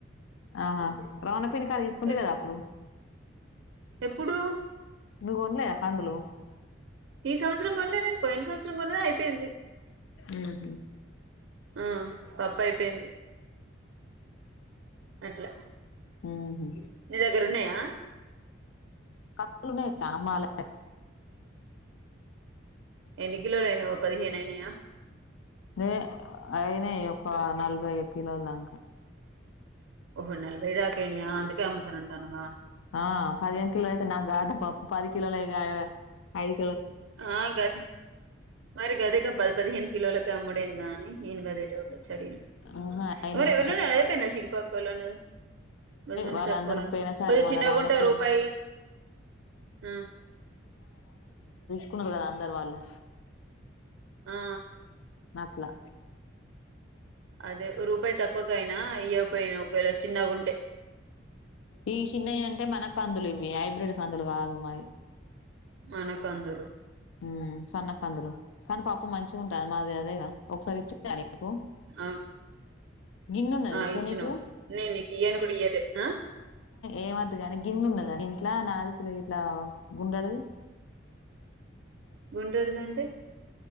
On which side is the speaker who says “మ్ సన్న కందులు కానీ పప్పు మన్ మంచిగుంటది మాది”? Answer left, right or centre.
Left